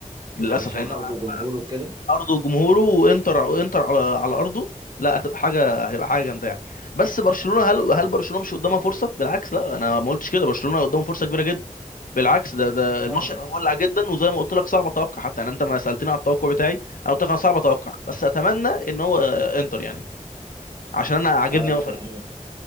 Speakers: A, on the left (about 85°); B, on the right (about 30°).
A: للاسف
B: علشان
A: لانه
B: ارضه
A: على
B: وجمهوره وكده
A: ارضه وجمهوره وانتر وانتر على على ارضه لا هتبقى حاجه هيبقى حاجه جامده يعني بس برشلونه هل هل برشلونه مش قدامها فرصه بالعكس لا انا ما قلتش كده برشلونه قدامه فرصه كبيره جدا بالعكس ده ده الماتش
B: نعم
A: هيبقى مولع جدا وزي ما قلت لك صعب اتوقع حتى يعني انت ما سالتني على التوقع بتاعي انا قلت لك انا صعب اتوقع بس اتمنى ان هو آه، انتر يعني عشان انا عاجبني
B: آه
A: قوي
B: يعني